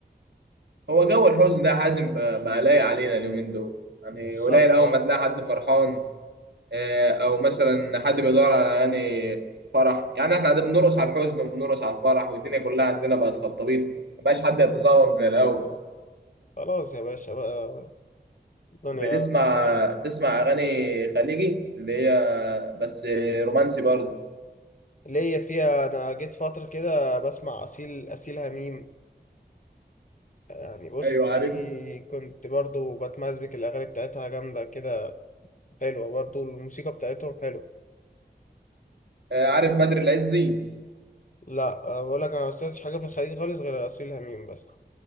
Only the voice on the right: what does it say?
هو جو الحزن ده يا حازم بقى بقى لايق علينا اليومين دول يعني
قليل اول
ما تلاقي حد فرحان آه، او مثلا حد بيدور على اغاني فرح يعني احنا قاعدين بنرقص على الحزن وبنرقص على الفرح والدنيا كلها عندنا بقت خلطبيط مبقاش حد يتذوق زي الاول
بتسمع
تسمع اغاني خليجي اللي هي بس آه، رومانسي برضه
ايوه
عارف
آه، عارف بدر العزي